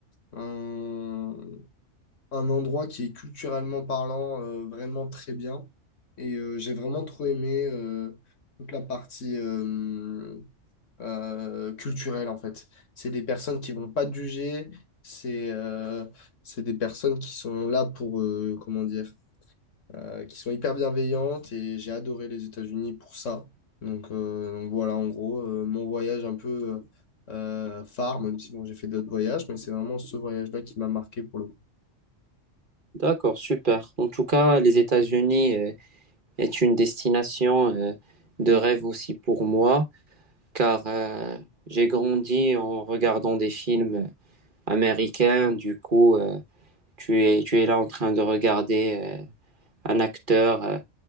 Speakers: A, on the left; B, on the right.
A: un, un endroit qui est culturellement parlant euh, vraiment très bien. Et euh, j'ai vraiment trop aimé euh, toute la partie, euh, euh, culturelle, en fait. C'est des personnes qui vont pas te juger, c'est euh, c'est des personnes qui sont là pour, euh, comment dire, euh, qui sont hyper bienveillantes et j'ai adoré les États-Unis pour ça. Donc, euh, donc voilà, en gros, euh, mon voyage un peu euh, phare, même si bon, j'ai fait d'autres voyages, mais c'est vraiment ce voyage-là qui m'a marqué pour le coup.
B: D'accord, super. En tout cas, les États-Unis euh, est une destination euh, de rêve aussi pour moi, car euh, j'ai grandi en regardant des films américains. Du coup, euh, Tu es, tu es là en train de regarder euh, un acteur euh,